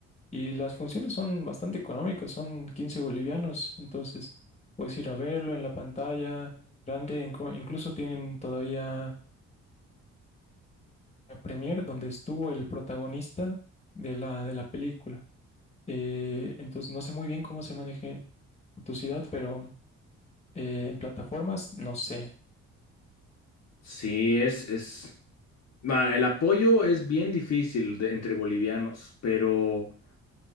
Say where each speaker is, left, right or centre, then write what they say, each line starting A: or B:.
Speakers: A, on the left (about 20°); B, on the left (about 60°).
A: Y las funciones son bastante económicas, son 15 bolivianos, entonces puedes ir a verlo en la pantalla grande, inclu- incluso tienen todavía la premier donde estuvo el protagonista de la, de la película. Eh, entonces no sé muy bien cómo se maneje tu ciudad, pero eh, en plataformas no sé.
B: Sí, es, es... bueno, el apoyo es bien difícil de- entre bolivianos, pero...